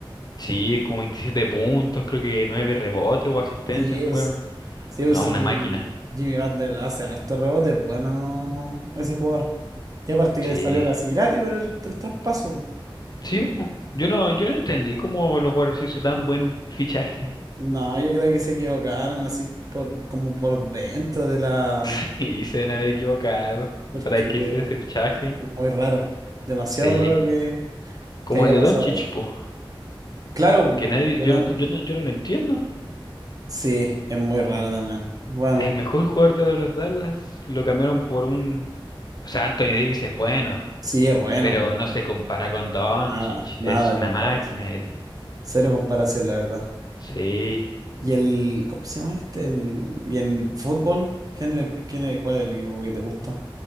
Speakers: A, on the left (about 50°); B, on the right (about 40°).
A: Sí, como 27 puntos, creo que 9 rebotes o asistencias
B: Sí,
A: fueron.
B: pues, sí, pues,
A: No,
B: sí.
A: una máquina.
B: Jimmy Vander hace hartos rebotes, bueno, ese jugador. Y aparte que
A: Sí.
B: le salió casi gratis por el, el traspaso.
A: Sí, po. Yo no, yo no entendí cómo los Warriors hizo tan buen fichaje.
B: No, yo creo que se equivocaron así por como por dentro de la.
A: <laughs> Y se deben haber equivocado.
B: Porque
A: ¿Para qué se ese fichaje?
B: Muy raro. Demasiado
A: Sí.
B: raro que,
A: Como
B: que haya
A: el de
B: pasado
A: Doncic,
B: eso.
A: po.
B: Claro,
A: Que nadie,
B: po. León.
A: yo no, yo no, yo no lo entiendo.
B: Sí, es muy raro también. Bueno,
A: El mejor jugador de los Dallas lo cambiaron por un... O sea, Anthony Davis es bueno,
B: sí es bueno,
A: pero
B: pero
A: no se compara con Doncic.
B: nada, nada
A: Es una
B: de comparación.
A: máquina él.
B: Cero comparación, la verdad.
A: Sí.
B: Y el, ¿cómo se llama este? El, y en fútbol, ¿quién le, quién es, cuál es el equipo que te gusta?